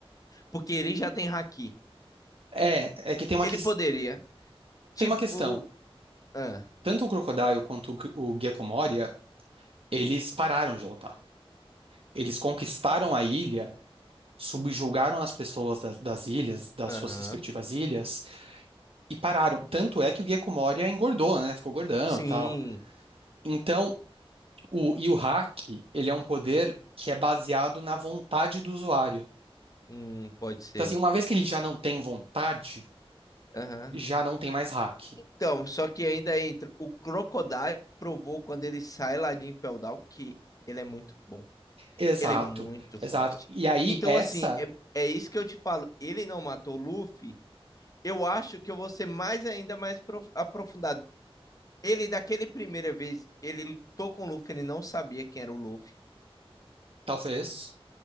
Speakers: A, on the left (about 35°); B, on the right (about 65°).
A: porque ele já tem haki.
B: É, é que tem uma,
A: Ele
B: ques-
A: poderia, tipo,
B: tem uma questão.
A: ah,
B: Tanto o Crocodile quanto o, G- o Gecko Moria, eles pararam de lutar. Eles conquistaram a ilha subjugaram as pessoas das, das ilhas, das
A: aham,
B: suas respectivas ilhas, e pararam. Tanto é que o Gecko engordou, né? Ficou gordão
A: sim,
B: e tal. Então, o, e o hack, ele é um poder que é baseado na vontade do usuário.
A: hum, pode ser,
B: Então, assim, uma vez que ele já não tem vontade,
A: aham.
B: já não tem mais hack.
A: Então, só que ainda entra. O Crocodile provou quando ele sai lá de Impel Down que ele é muito bom.
B: Exato,
A: Ele é muito forte.
B: exato. E aí,
A: Então,
B: essa,
A: assim, é, é isso que eu te falo. Ele não matou o Luffy. Eu acho que eu vou ser mais ainda mais prof- aprofundado. Ele, daquele primeira vez, ele lutou com o Luffy, ele não sabia quem era o Luffy.
B: talvez,